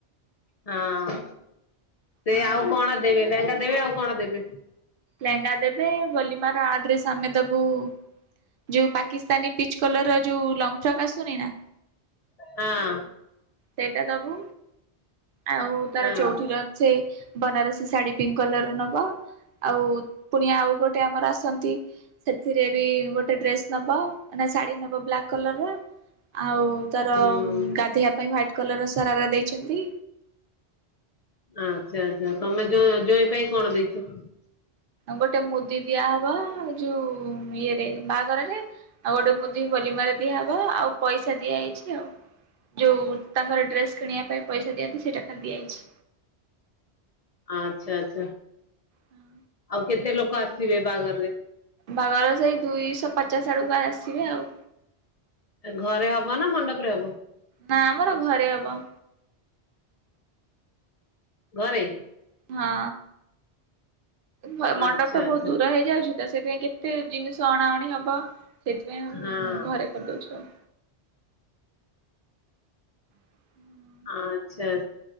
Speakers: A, on the left (about 50°); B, on the right (about 60°).
A: ହଁ ସେ
B: ହଁ
A: ଆଉ କଣ ଦେବେ ଲେହେଙ୍ଗା ଦେବେ ଆଉ କଣ ଦେବେ?
B: ଲେହେଙ୍ଗା ଦେବେ ବୋଲିମାର ଆଡ୍ରେସ ଆମେ ଦବୁ ଯୋଉ ପାକିସ୍ତାନୀ ପିଚ୍ କଲର ର ଯୋଉ ଲଙ୍ଗ ଫ୍ରକ୍ ଆସୁନି ନା।
A: ହଁ।
B: ସେଇଟା ଦବୁ ଆଉ ତାର
A: ହଁ
B: ଚଉଠିର ସେ ବନାରସୀ ଶାଢୀ ପିଙ୍କ କଲରର ନବ। ଆଉ ପୁଣି ଆଉ ଗୋଟେ ଆମର ଆସନ୍ତି ସେଥିରେ ବି ଗୋଟେ ଡ୍ରେସ ନବ ନା ଶାଢୀ ନବ ବ୍ଲାକ୍ କଲର ର ଆଉ ତାର
A: ହୁଁ।
B: ଗାଧେଇବା ପାଇଁ ହ୍ୱାଇଟ୍ କଲରର୍ ସରାରା ଦେଇଛନ୍ତି।
A: ଆଚ୍ଛା ଆଚ୍ଛା ତମେ ଜୋ ଜୋଇଁ ପାଇଁ କଣ ଦେଇଚ?
B: ଗୋଟେ ମୁଦି ଦିଆହବ ଯୋଉ ଇଏରେ ବାହାଘରରେ। ଆଉ ଗୋଟେ ମୁଦି ହୋଲିମାରେ ଦିଆହବ ଆଉ ପଇସା ଦିଆ ହେଇଚି ଆଉ। ଯୋଉ ତାଙ୍କର ଡ୍ରେସ କିଣିବା ପାଇଁ ପଇସା ଦିଅନ୍ତି ସେଇଟା ଖାଲି ଦିଆହେଇଛି।
A: ଆଚ୍ଛା ଆଚ୍ଛା।
B: ହଁ।
A: ଆଉ କେତେ ଲୋକ ଆସିବେ ବାହାଘରରେ?
B: ବାହାଘର ସେଇ ଦୁଇଶହ ପଚାଶ ଆଡ଼କୁ ଆ ଆସିବେ ଆଉ।
A: ଘରେ ହବ ନା ମଣ୍ଡପରେ ହବ?
B: ନା ଆମର ଘରେ ହବ।
A: ଘରେ?
B: ହଁ। ମ-ମଣ୍ଡପଟା
A: ଆଚ୍ଛା ଆଚ୍ଛା।
B: ବୋହୁତ ଦୂର ହେଇଯାଉଚି ତ ସେଥିପାଇଁ କେତେ ଜିନିଷ ଅଣାଅଣି ହବ। ସେଇଥିପାଇଁ ଆଉ
A: ହଁ
B: ଉଁ ଘରେ କରିଦୋଉଛୁ ଆଉ। <inaudible>
A: ଆଚ୍ଛା